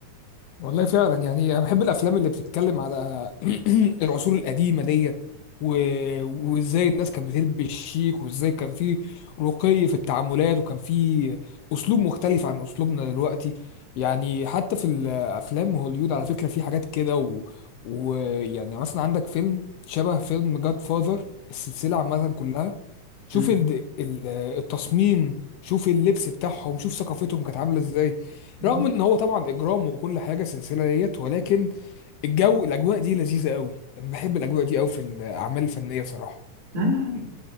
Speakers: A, on the left; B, on the right.
A: والله فعلا يعني انا بحب الافلام اللي بتتكلم على <clears throat> العصور القديمه ديت و... وازاي الناس كانت بتلبس شيك وازاي كان في رقي في التعاملات وكان في اسلوب مختلف عن اسلوبنا دلوقتي يعني حتى في الافلام هوليود على فكره في حاجات كده و... ويعني مثلا عندك فيلم شبه فيلم جاد فاذر السلسله عامه كلها شوف
B: م-
A: ال... ال- التصميم شوف اللبس بتاعهم شوف ثقافتهم كانت عامله ازاي
B: م-
A: رغم ان هو طبعا اجرام وكل حاجه سلسله ديت ولكن الجو الاجواء دي لذيذه قوي انا بحب الاجواء دي قوي في الاعمال الفنيه بصراحه
B: م-